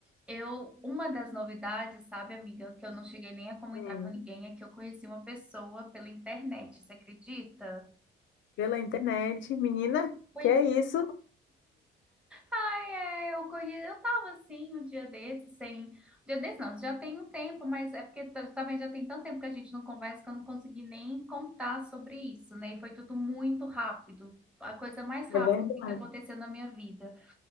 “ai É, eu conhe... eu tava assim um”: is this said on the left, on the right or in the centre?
Centre